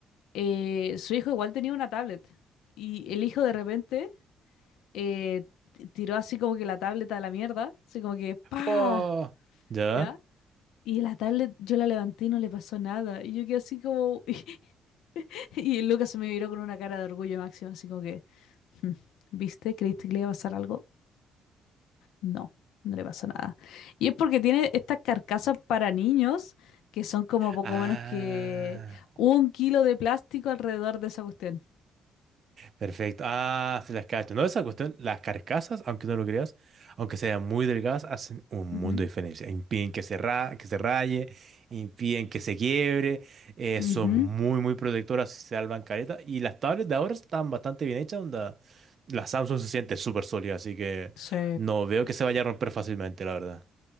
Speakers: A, on the left; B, on the right.
A: Eh, su hijo igual tenía una tablet. Y el hijo de repente eh, t- tiró así como que la tablet a la mierda, así como que ¡pa!
B: Oh, ¿ya?
A: ¿Ya? Y en la tablet yo la levanté y no le pasó nada. Y yo quedé así como... <laughs> Y, el Lucas se me miró con una cara de orgullo máximo, así como que... "Hmm, ¿Viste? ¿Creíste que le iba a pasar algo? No, no le pasó nada. Y es porque tiene estas carcasas para niños que son como poco
B: Ah.
A: menos que un kilo de plástico alrededor de esa cuestión.
B: Perfecto. Ah, sí las cacho. No, esa cuestión, las carcasas, aunque no lo creas, aunque sean muy delgadas, hacen un
A: Ujú,
B: mundo de diferencia. Impiden que se ra- que se raye, impiden que se quiebre, eh,
A: ujú,
B: son muy, muy protectoras, se salvan careta. Y las tablets de ahora están bastante bien hechas, onda. La Samsung se siente súper sólida, así que
A: Sí,
B: no veo que se vaya a romper fácilmente, la verdad.